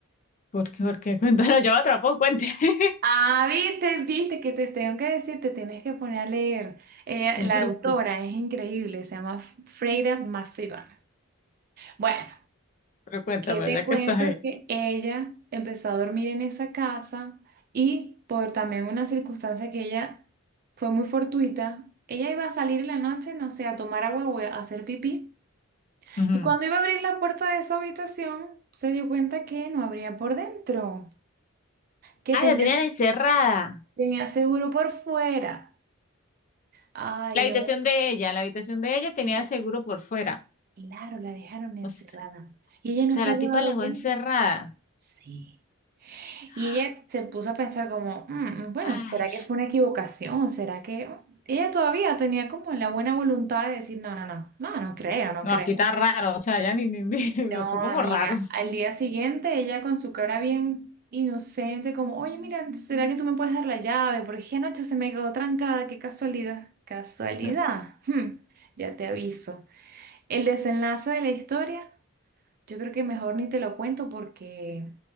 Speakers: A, on the left (about 35°); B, on the right (about 40°).
A: porque, porque, <laughs> cuéntalo, ya me atrapó, cuente. <laughs>
B: Ah, viste, viste que te tengo que decir, te tienes que poner a leer. Eh,
A: No,
B: la
A: pero,
B: autora
A: cuént-
B: es increíble, se llama Freida McFadden. Bueno,
A: pero cuéntame,
B: ¿qué te
A: ya
B: cuento?
A: que estás ahí.
B: Que ella empezó a dormir en esa casa y por también una circunstancia que ella fue muy fortuita, ella iba a salir en la noche, no sé, a tomar agua o a hacer pipí.
A: Ujú.
B: Y cuando iba a abrir la puerta de su habitación, se dio cuenta que no abría por dentro, que
A: Ah,
B: tenía,
A: la tenían encerrada.
B: tenía seguro por fuera. Ay,
A: La
B: no,
A: habitación de ella, la habitación de ella tenía
B: la-
A: seguro por fuera.
B: claro, la dejaron encerrada.
A: O s-
B: Y ella
A: o sea,
B: no se
A: la
B: había
A: tipa
B: dado
A: la dejó
B: cuenta.
A: encerrada.
B: Sí.
A: <gasps>
B: Y ella se puso a pensar como, "Mm, bueno,
A: Ay.
B: ¿será que fue una equivocación? ¿Será que...? oh?". Ella todavía tenía como la buena voluntad de decir, no, no, no, no, no creo, no
A: No,
B: creo.
A: aquí está raro, o sea, ya ni, ni, ni- <laughs>
B: No,
A: no son como
B: amiga,
A: raros.
B: al día siguiente ella con su cara bien inocente, como, oye, mira, ¿será que tú me puedes dar la llave? Porque es que anoche se me quedó trancada, qué casualidad. ¿Casualidad?
A: <laughs>
B: Hmm, ya te aviso. El desenlace de la historia, yo creo que mejor ni te lo cuento porque